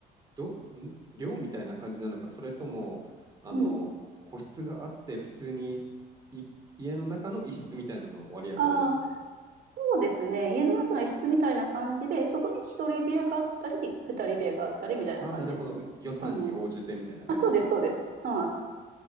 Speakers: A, on the right; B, on the right.
A: ど、ん、寮みたいな感じなのか、それとも、あの、
B: うん。
A: 個室があって、普通にい家の中の一室みたいなのを割り当てられるんですか
B: ああ、そうですね。家の中の一室みたいな感じで、そこに一人部屋があったり、二人部屋があったりみたいな感じですね。
A: ああ、なるほど。予算に応じてみたいな感じですかね。
B: うんうん。あ、そうです、そうです。はい。